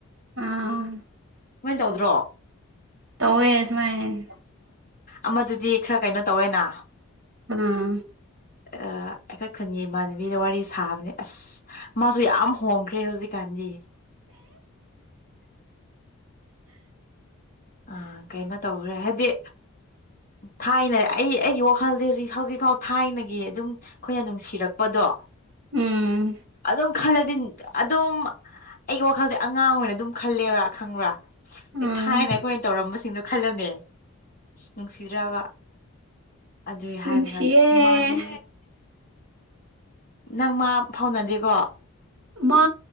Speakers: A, on the right; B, on the left.
A: ꯑꯥ
B: ꯀꯃꯣꯏꯅ ꯇꯧꯗ꯭ꯔꯣ
A: ꯇꯧꯋꯦ ꯁꯨꯃꯥꯏꯅ
B: ꯑꯃꯗꯨꯗꯤ ꯈꯔ ꯀꯩꯅꯣ ꯇꯧꯋꯦꯅ
A: ꯎꯝ
B: ꯑꯥ ꯑꯩꯈꯣꯏ ꯈꯨꯟꯒꯤ ꯏꯃꯥꯟꯅꯕꯤꯗ ꯋꯥꯔꯤ ꯁꯥꯕꯅꯦ ꯑꯁ ꯃꯥꯁꯨ ꯌꯥꯝ ꯍꯣꯡꯈ꯭ꯔꯦ ꯍꯧꯖꯤꯛꯀꯥꯟꯗꯤ ꯑ ꯀꯩꯅꯣ ꯇꯧꯈ꯭ꯔꯦ ꯍꯥꯏꯗꯤ ꯊꯥꯏꯅ ꯑꯩ ꯑꯩꯒꯤ ꯋꯥꯈꯜꯗꯤ ꯍꯧꯖꯤꯛ ꯍꯧꯖꯤꯛꯐꯥꯎ ꯊꯥꯏꯅꯒꯤ ꯑꯗꯨꯝ ꯑꯩꯈꯣꯏꯅ ꯅꯨꯡꯁꯤꯔꯛꯄꯗꯣ
A: ꯎꯝ
B: ꯑꯗꯨꯝ ꯈꯜꯂꯗꯤ ꯑꯗꯨꯝ ꯑꯩꯒꯤ ꯋꯥꯈꯜꯗꯤ ꯑꯉꯥꯡ ꯑꯣꯏꯅ ꯑꯗꯨꯝ ꯈꯜꯂꯦꯕ꯭ꯔꯥ ꯈꯪꯕ꯭ꯔꯥ
A: ꯎꯝ
B: ꯊꯥꯏꯅ ꯑꯩꯈꯣꯏꯅ ꯇꯧꯔꯝꯕꯁꯤꯡꯗꯣ ꯈꯜꯂꯅꯦ ꯑꯁ ꯅꯨꯡꯁꯤꯗ꯭ꯔꯕ ꯑꯗꯨꯏ
A: ꯅꯨꯡꯁꯤꯌꯦ
B: ꯍꯥꯏꯕ ꯀꯥꯟꯗ ꯑꯁꯨꯝ ꯃꯥꯗꯦ ꯅꯪ ꯃꯥ ꯐꯥꯎꯅꯗꯦꯀꯣ
A: ꯃꯥ